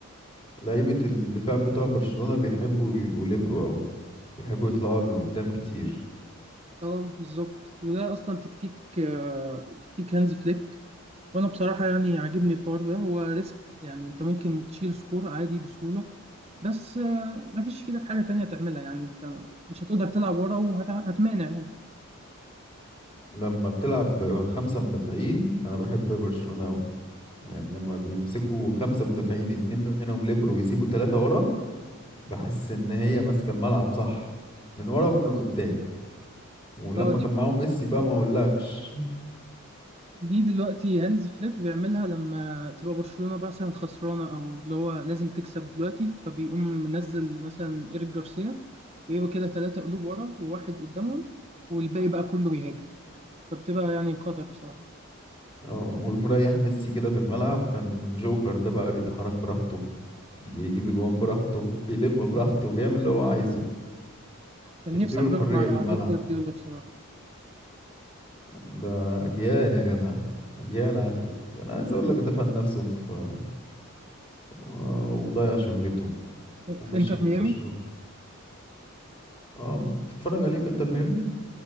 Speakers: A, on the left; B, on the right.
A: لعيبة الدفاع بتاع برشلونة بيحبوا يبقوا ليبرو قوي بيحبوا يطلعوا لقدام كتير
B: اه بالظبط وده اصلا تكتيك آه، تكتيك هانز فليك وانا بصراحه يعني عاجبني الحوار ده هو ريسك يعني انت ممكن تشيل سكور عادي بسهوله بس آه، مفيش في ايدك حاجه تانية تعملها يعني انت مش هتقدر تلعب ورا وهتمانع يعني
A: لما بتلعب بخمسة مدافعين انا بحب برشلونة قوي يعني لما بيمسكوا خمسة مدافعين اتنين منهم ليبرو ويسيبوا تلاتة ورا بحس ان هي ماسكة الملعب صح من ورا ومن قدام ولما
B: اه
A: كان
B: دي
A: معاهم ميسي بقى ما اقولكش
B: دي دلوقتي هانز فليك بيعملها لما تبقى برشلونه مثلا خسرانه او اللي هو لازم تكسب دلوقتي فبيقوم منزل مثلا ايريك جارسيا ويبقى كده ثلاثه قلوب ورا وواحد قدامهم والباقي بقى كله بيهاجم فبتبقى يعني خطر بصراحه
A: اه ويقوم رايح ميسي كده في الملعب كان جوكر ده بقى بيتحرك براحته بيجي بجوان براحته بيلم براحته بيعمل اللي هو عايزه
B: كان
A: مديله
B: نفسي احضره
A: الحرية
B: مع
A: في الملعب
B: بيب جوارديولا بصراحه
A: ده أجيال يا جدع أجيال عدت أنا عايز أقول لك دفن نفسه في آه، وضيع شهرته ومشي
B: في انتر
A: من
B: ميامي
A: برشلونة اه بتتفرج عليه في انتر ميامي